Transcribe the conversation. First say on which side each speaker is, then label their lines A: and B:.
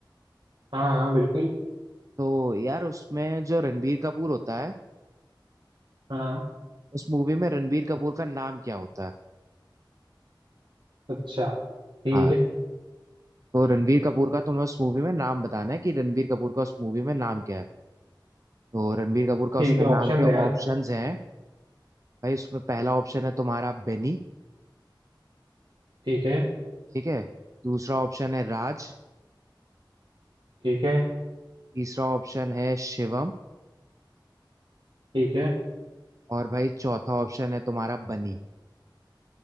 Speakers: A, on the right; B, on the right.
A: हाँ हाँ बिल्कुल
B: तो यार उसमें जो रणबीर कपूर होता है
A: हाँ
B: उस मूवी में रणबीर कपूर का नाम क्या होता है
A: अच्छा ठीक
B: हाँ
A: है
B: तो रणबीर कपूर का तुम्हें उस मूवी में नाम बताना है कि रणबीर कपूर का उस मूवी में नाम क्या है तो रणबीर कपूर का
A: ठीक
B: उसमें
A: है
B: नाम
A: ऑप्शन
B: के
A: दे यार
B: ऑप्शंस हैं भाई उसमें पहला ऑप्शन है तुम्हारा बेनी
A: ठीक है
B: ठीक है दूसरा ऑप्शन है राज
A: ठीक है
B: तीसरा ऑप्शन है शिवम
A: ठीक है
B: और भाई चौथा ऑप्शन है तुम्हारा बनी